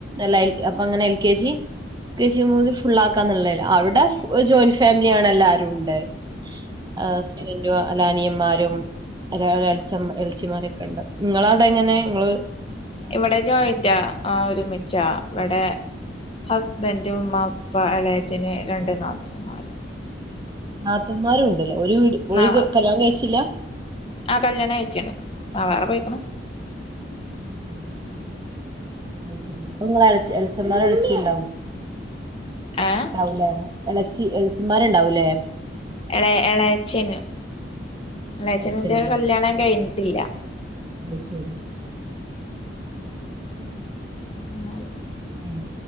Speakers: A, on the right; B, on the left.
A: ല്ല അപ്പൊ അങ്ങനെ L K G K G മു <unintelligible> ഫുള്ളാക്കാന്നള്ളല്ലേ അവിട ഒരു ജോയിന്റ് ഫാമിലിയാണ് എല്ലാരുണ്ട് ആഹ് <unintelligible> അല്ലനിയന്മാരും ഒരാള എളച്ചം എളച്ചിമാരൊക്കണ്ട് ഇങ്ങളവ്ടെ എങ്ങനെ ഇങ്ങള്
B: ഇവിടെ ജോയിന്റാ ആഹ് ഒരുമിച്ചാ ഇവടെ ഹസ്ബൻറും ഉമ്മ ഉ പ്പ എളേച്ചന് രണ്ട് നാത്തൂന്മാര്
A: നാത്തൂന്മാരും ണ്ട്ലെ ഒരു വീട്
B: നാ
A: ഓര് കല്യാണം കഴിച്ചില്ല?
B: ആഹ് കല്യാണം കൈച്ണ് ആഹ് വേറെ പോയിക്ക്ണ്.
A: ഉം അയ് ശരി ഇപ്പങ്ങളെ എളച് എളചമ്മാരും എളച്ചിണ്ടാവും
B: ഏഹ്
A: ഇണ്ടാവുലേ എളച്ചി എളച്ചിമാര് ഇണ്ടാവൂലെ?
B: എളെ എളയച്ച്ചനും എളേച്ചന്റെ
A: അയ്ശരി ആ
B: കല്യാണം കഴിഞ്ഞിട്ടില്ല.
A: അയ്ശരി
B: <unintelligible>
A: ഏഹ്